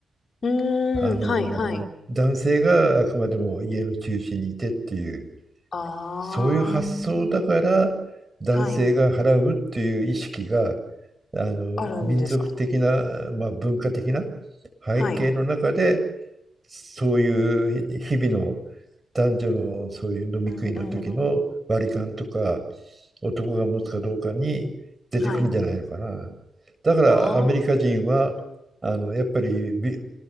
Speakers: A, on the left (about 60°); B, on the right (about 30°).
A: うーん、
B: あの
A: はいはい。
B: 男性があくまでも家の中心にいてっていう、
A: ああ。
B: そういう発想だから男性が払うっていう意識が
A: はい。
B: あの民族的な、
A: あるんですかね。
B: まあ、文化的な背景の中で
A: はい。
B: そういう日々の男女のそういう飲み食いの時の割り勘とか
A: うんうんうん。
B: 男が持つかどうかに出てくるんじゃないのかな。
A: はい。
B: だからアメリカ人はあのやっぱりビ
A: あ